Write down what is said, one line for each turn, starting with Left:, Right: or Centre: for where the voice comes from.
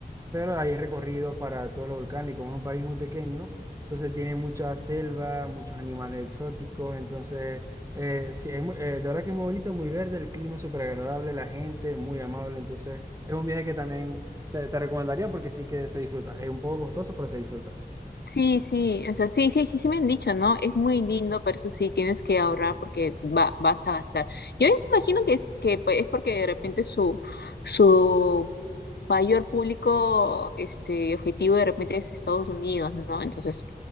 Right: pero hay recorrido para todos los volcanes y como es un país muy pequeño, entonces tiene mucha selva, muchos animales exóticos, entonces eh, sí, es muy- eh, de verdad que es muy bonito, muy verde, el clima es súper agradable, la gente muy amable, entonces es un viaje que también te, te recomendaría porque sí que se disfruta. Es un poco costoso, pero se disfruta.
Left: Sí, sí, o sea, sí, sí, sí, sí me han dicho, ¿no? Es muy lindo, pero eso sí, tienes que ahorrar porque va, vas a gastar. Yo imagino que es, que pues, es porque de repente su, su mayor público este, objetivo de repente es Estados Unidos, ¿no? Entonces,